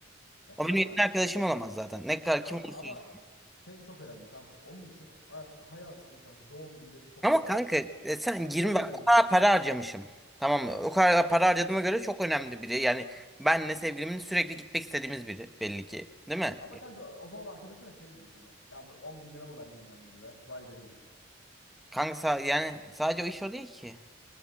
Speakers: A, on the left (about 85°); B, in the centre.
A: Ya kanka,
B: O benim yakın arkadaşım olamaz zaten. Ne kadar
A: kanka
B: kim olursa
A: ama
B: olsun.
A: şey çok önemli kanka. Onun için ar- hayatında kanka doğum günleri çok
B: Ama
A: önemli.
B: kanka e, sen 20
A: Öyle
B: bak
A: bir insan.
B: o kadar para harcamışım. Tamam mı? O kadar para harcadığıma göre çok önemli biri. Yani benle sevgilimin sürekli gitmek istediğimiz biri belli ki. Değil mi?
A: Ama kanka o zaman arkadaşına şey diyor sana. Ya bu 10 bin lira mı benden önemliydi be? Vay be diyor.
B: Kanka sa- yani sadece o iş o değil ki.